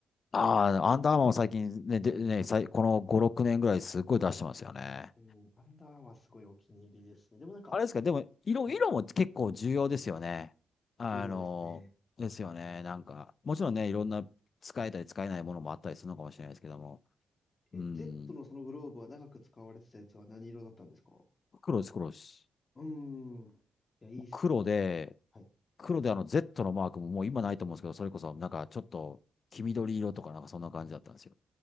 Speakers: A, on the left (about 50°); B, on the left (about 35°).
A: ああ、アンダーマンも最近ね、で、ね、さいこの5、6年ぐらいすっごい出してますよね。
B: うん、アンダーアーマーすごいお気に入りですね。でもなんか、
A: あれですか、でも、色、
B: はい、
A: 色も結構重要ですよね。あの、
B: 重要ですね。
A: ですよね。なんか、もちろんね、いろんな使えたり使えないものもあったりするのかもしれないですけども。
B: え、
A: うん。
B: Z のそのグローブは長く使われてたやつは何色だったんですか
A: 黒です、黒です。
B: うーん。いや、いいっすね。
A: 黒で、
B: はい。
A: 黒であの Z のマークももう今ないと思うんですけど、それこそなんかちょっと黄緑色とかなんかそんな感じだったんですよ。